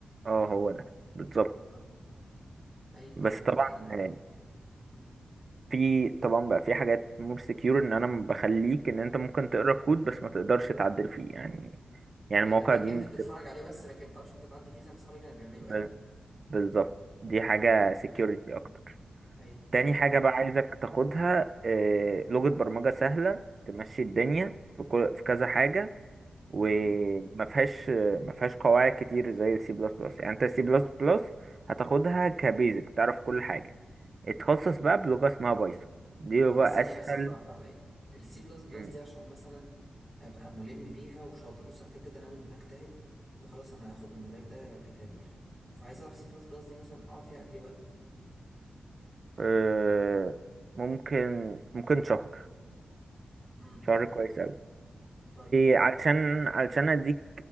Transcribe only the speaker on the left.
اه ايوه
ايوه
أيوة، لا انا عارف
الموضوع ده امم
يبقى
الباك
اند بتتفرج عليه بس لكن ما تعرفش انت تعدي فيه زي ما اصحابي كانوا بيعملوا
يعني
ايوه
ايوه
ايوه
طيب
امم
طب بس ثانية
بس واحدة واحدة عليا السي بلس بلس
دي عشان مثلا أبقى ملم بيها وشاطر بص أنا كده كده ناوي إن أنا أجتهد وخلاص أنا هاخد المجال ده ككارير فعايز أعرف سي بلس بلس دي مثلا أقعد فيها قد إيه وقت
امم
طيب